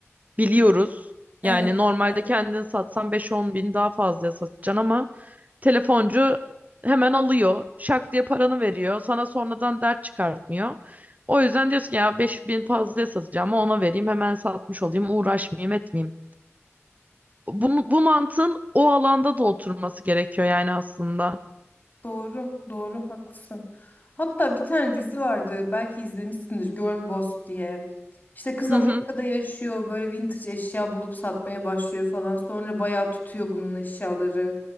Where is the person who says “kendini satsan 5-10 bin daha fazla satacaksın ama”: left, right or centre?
Right